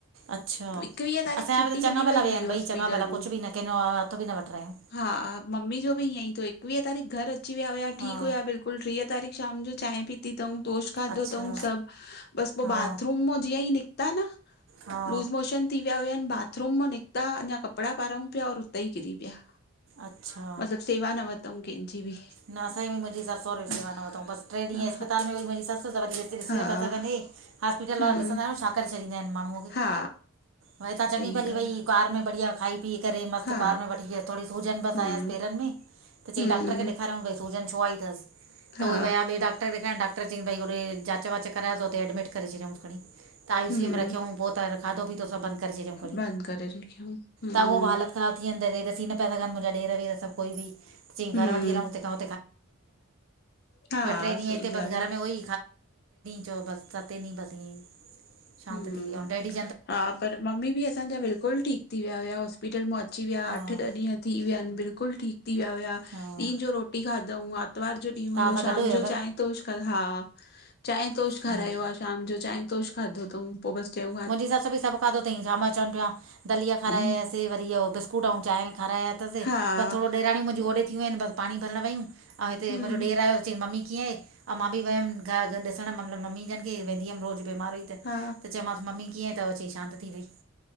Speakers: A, on the right; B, on the left.
A: अच्छा
B: एकवीह तारीख़
A: असांजा
B: छुटी
A: बि त चङा
B: मिली वई
A: भला विया
B: हुई
A: आहिनि
B: हॉस्पिटल
A: ॿई चङा भला
B: मां
A: कुझु बि न कंहिंज हथ बि न वठायूं।
B: हा मम्मी जो बि ईअं ई थियो एवीह तारीख़ घर अची वि हुया
A: हा
B: ठीकु हुया बिल्कुलु कुल टीह तारीख़ शाम जो चांय भी पी अथऊ तोश खाधो
A: अच्छा
B: अथऊं सभु बस पोइ
A: हा
B: बाथरूम मां जीअं ई निकिता न
A: हा
B: लूस मोशन थी विया हुनि बाथरूम मां निकिता अञा कपिड़ा पारूं पिया और उते ई किरी पिया।
A: अच्छा
B: मतिलबु सेवा न वरितऊं कंहिंजी बि।
A: न असजी मुंहिंजी सस सुरे सेवा
B: हा
A: न वठऊं बसिेॾींहं अस्पताल मेंई मुंहिंजीसु वरीस्त ॾिसी
B: हा
A: न पि सघंदे हॉस्पिटल
B: हम्म
A: वारा ॾिसंदा आहियो छा करे छॾींदा आहिनि माण्हूअ खे
B: हा
A: भई तवां
B: सही
A: चङी भली
B: ॻाल्हि
A: भई कार में बढ़िया खाई पी करे
B: आ
A: मस्तु
B: हा
A: कार में वठी आसि थोॾी सूजन बसि
B: हम्म
A: आयसि पेरनि में। त चई
B: हम्म
A: डॉक्टर खेॾेखारियऊ भई सूजन छो आ ई अथसि
B: हा
A: उहई वियाॿिए डॉकर डकरेखण डक्टर चई भई होॾे जांच वाच कराएयो तते एडि करे छियऊं खणी त आई
B: हम्म
A: सी में रखऊूं पोइ त खाधो पीतो सभु बंद करे छॾियऊं खी
B: बंदि करे रखियऊं हम्म
A: ताॻो बि हालत ख़राब थी वेंदा देर सी न पैसानि मुंहिंजा ॾेर वर सभुई बि चईं घर
B: हम्म
A: वठी हलऊूं <inaudible> त
B: हा
A: ट्रेनंग
B: सही ॻाल्हि आ
A: च बस सतेनी बती शांत
B: हम्म
A: थी वी ऑऊ डेडी
B: हा पर मम्मी बि असांजा बिल्कुल ठीकु थी विया हुआ हॉस्पिटल मां अची विया
A: हा
B: अठ ॾह ॾींहं थी विया आहिनि बिल्कुलु ठीकु थी विया हुया
A: हा
B: ॾींहं जो रोटी खाधऊं आरितवार जो ॾींहुं
A: तव्हां
B: हुयो
A: सां
B: शाम
A: गॾु हुयव
B: जो चाहिं तोश हा चाहि तोश
A: हम्म
B: खारायो आ। शाम जो चाहे तोश खाधो अथऊं पो बस चयो
A: मुंहिंजी ससु बि सभु खाधो अथईं छाम चवनि पिया दलीया
B: आ
A: खारायसि वरी इहो बिस्कुट ऐं चांहि खाराया अथसि
B: हा,
A: बस थोॾो ॾेराणियूं मुंहिंजी ओॾे थी वूं आहिनि बसि पाणी भरण वयूं। ऐं हिते
B: हम्म,
A: मांजो ॾेर आयो। चई मम्मी कीअं आहे ऐं मां बि वियमि घ ॾिसणु मतिलबु मम्मी जनि खे वेंदी हुअमिज़ बीमार हुई चयोमांसि
B: हा,
A: मम्मी कीअं थो अचे शांत थी वई